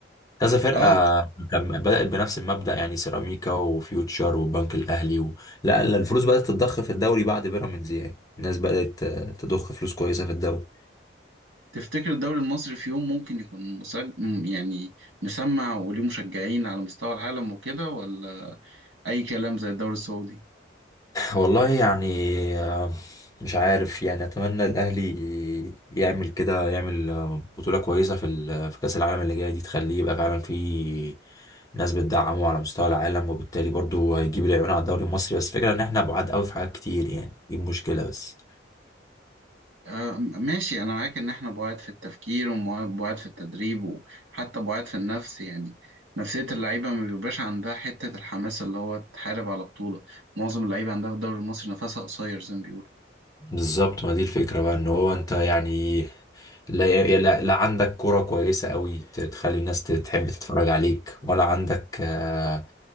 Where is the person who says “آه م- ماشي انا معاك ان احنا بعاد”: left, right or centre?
Right